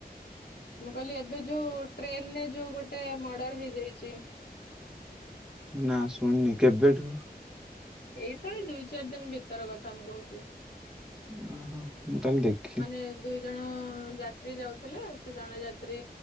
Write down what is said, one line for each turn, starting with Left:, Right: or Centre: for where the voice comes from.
Left: ମୁଁ କହିଲି ଏବେ ଯୋଉ ଟ୍ରେନରେ ଯୋଉ ଗୋଟେ ମର୍ଡର ହେଇଯାଇଛି।
Centre: ନା ଶୁଣିନି କେବେଠୁ?
Left: ଏଇତ ଏଇ ଦୁଇ ଚାରି ଦିନ ଭିତର କଥା ମୁଁ କହୁଛି।
Centre: ଅହ ମୁଁ ତାହେଲେ ଦେଖ
Left: ମାନେ ଦୁଇ ଜଣ ଯାତ୍ରୀ ଯାଉଥିଲେ, ସେ ଜଣେ ଯାତ୍ରୀ